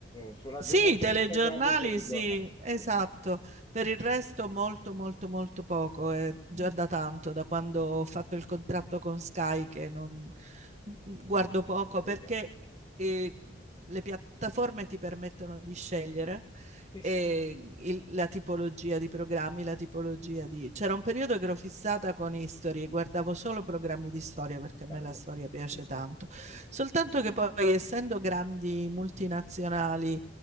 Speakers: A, on the left; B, on the right.
A: Sulla generalista
B: Sì, i telegiornali,
A: guardo i telegiornali.
B: sì, esatto.
A: Punto.
B: Per il resto molto, molto, molto poco. È già
A: Mm,
B: da tanto, da quando ho fatto il contratto con Sky, che non mm, mm, guardo
A: No,
B: poco
A: esatto.
B: perché eh, le piattaforme ti permettono di scegliere
A: Sì,
B: eh,
A: sì,
B: il- la tipologia di programmi, la tipologia di... C'era un periodo che ero fissata con History, guardavo solo programmi di storia perché
A: bello.
B: a me la storia piace
A: Sì,
B: tanto.
A: sì, sì,
B: Soltanto
A: sì.
B: che poi, essendo grandi multinazionali,